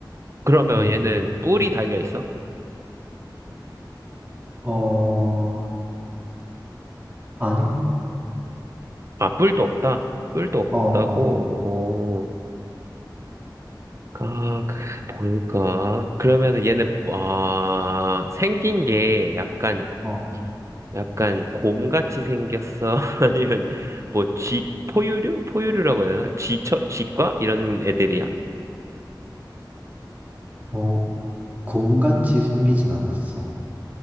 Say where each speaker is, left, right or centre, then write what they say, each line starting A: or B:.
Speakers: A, on the right; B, on the right.
A: 그러면
B: 응.
A: 얘는 뿔이 달려 있어?
B: 어, 아니?
A: 아, 뿔도 없다. 뿔도 없다고,
B: 어, 어,
A: 어, 아, 그, 뭘까? 그러면 얘는, 아, 생긴 게 약간,
B: 어.
A: 약간 곰같이 생겼어? <laughs> 아니면 뭐 쥐, 포유류? 포유류라고 해야 되나? 쥐처, 쥐과? 이런 애들이야?
B: 어, 곰같이 생기진 않았어.